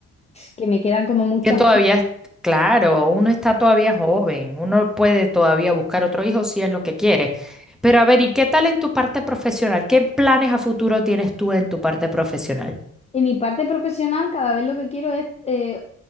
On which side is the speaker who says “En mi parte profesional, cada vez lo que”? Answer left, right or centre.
Left